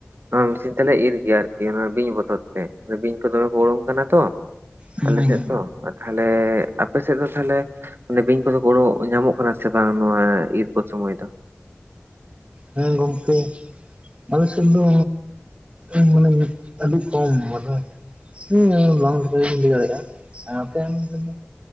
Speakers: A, on the right (about 65°); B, on the right (about 30°).
A: ᱱᱚᱣᱟ ᱢᱤᱥᱤᱱ ᱛᱮᱞᱮ ᱤᱨ ᱟᱨᱠᱤ ᱚᱱᱟ ᱵᱤᱧ ᱵᱚᱛᱚᱨ ᱛᱮ ᱵᱤᱧ ᱠᱚ ᱫᱚᱢᱮ ᱠᱚ ᱵᱚᱞᱚᱱ ᱠᱟᱱᱟ ᱛᱚ
B: ᱦᱩᱸ
A: ᱟᱞᱮ ᱥᱮᱫ ᱫᱚ ᱟᱨ ᱛᱷᱟᱦᱞᱮ ᱟᱯᱮ ᱥᱮᱫ ᱫᱚ ᱛᱷᱟᱦᱞᱮ ᱵᱤᱧ ᱠᱚᱫᱚ ᱠᱚ ᱚᱰᱟᱠ ᱧᱟᱢᱚᱜ ᱠᱟᱱᱟ ᱥᱮ ᱵᱟᱝ ᱱᱚᱣᱟ ᱤᱨ ᱠᱚ ᱥᱚᱢᱚᱭ ᱫᱚ?
B: ᱦᱮᱸ ᱜᱚᱝᱠᱮ ᱟᱞᱮ ᱥᱮᱫ ᱫᱚ ᱤᱧ ᱢᱟᱱᱮ ᱟᱹᱰᱤ ᱠᱚᱢ ᱢᱟᱱᱮ ᱦᱮᱸ ᱵᱟᱝ ᱞᱮᱠᱟ ᱞᱤᱧ ᱞᱟ. ᱭ ᱫᱟᱲᱮᱜᱼᱟ ᱟᱨ ᱟᱯᱮ ᱚᱱᱛᱮ ᱫᱚ